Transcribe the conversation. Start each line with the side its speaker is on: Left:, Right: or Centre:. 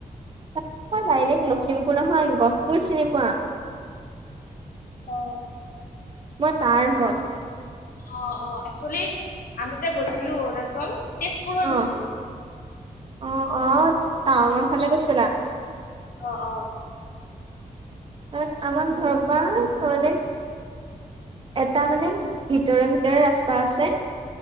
Right: তাৰমানে মই ডাইৰেক্ট লখিমপুৰ নহয় গহপুৰ চিনি পোৱা?
Left: অহ,
Right: মই, তাৰ হয়।
Left: অহ, অ, একচলি আমি যে গৈছিলো অৰুণাচল তেজপুৰ হৈ
Right: অ
Left: গৈছিলো।
Right: অ' অ' টাউনৰ ফালে গৈছা।
Left: অ ' অ'
Right: আৰু আমাৰ ঘৰপা অনে, <unintelligible> এটা মানে ভিতৰে -ভিতৰে ৰাস্তা আছে।